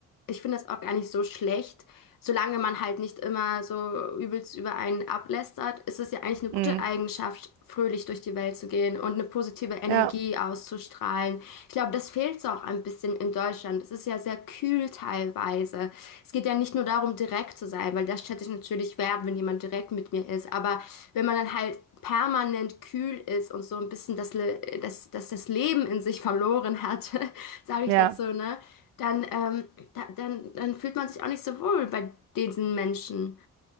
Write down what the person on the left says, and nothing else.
ich finde das auch gar nicht so schlecht solange man halt nicht immer so übelst über einen ablästert, ist es ja eigentlich eine gute
Eigenschaft, fröhlich durch die Welt zu gehen und eine positive Energie
auszustrahlen. Ich glaube, das fehlt so auch ein bisschen in Deutschland. Es ist ja sehr kühl teilweise. Es geht ja nicht nur darum, direkt zu sein, weil das schätze ich natürlich wert, wenn jemand direkt mit mir ist. Aber wenn man dann halt permanent kühl ist und so ein bisschen das, Le- das, das, das Leben in sich verloren hat, <laughs> sage ich
dazu, ne? dann, ähm, da, dann, dann fühlt man sich auch nicht so wohl bei diesen Menschen.